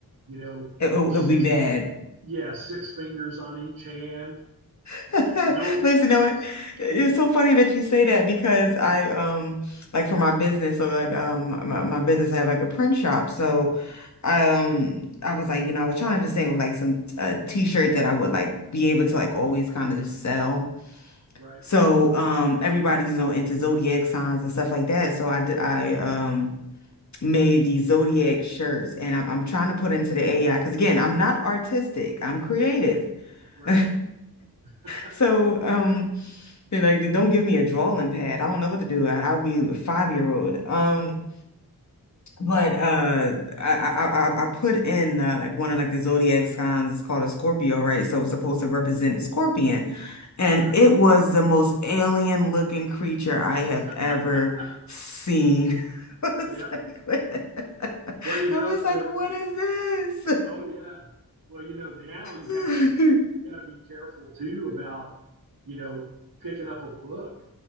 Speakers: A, on the right; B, on the left.
A: you know,
B: It, will it'll
A: six
B: be bad.
A: yeah, six fingers on each hand,
B: <laughs>
A: no legs.
B: Listen, you know what? It's so funny that you say that because I um like for my business, so like um my, my business I have like a print shop. So um I was like, you know, I was trying to just think of like some uh t-shirt that I would like be able to like always kind of sell.
A: Right,
B: So um everybody's you know into zodiac signs and stuff like that. So I d- I um made these zodiac shirts and I'm, I'm trying to put into the AI because again I'm not artistic I'm creative <laughs>
A: right. <laughs>
B: so um and like, don't give me a drawing pad I don't know what to do I, I'll be a five year old um but uh, I I I I put in uh, like one of like the zodiac signs. It's called a Scorpio, right? So it's supposed to represent a scorpion, and
A: Right.
B: it was the most alien looking creature I
A: <laughs>
B: have ever seen. <laughs> I was
A: yeah.
B: like, what? <laughs>
A: Well, you
B: I
A: know
B: was like,
A: that.
B: what is
A: Oh, yeah. Well, you know now you
B: this?
A: have to be you got to be careful too about you know picking up a book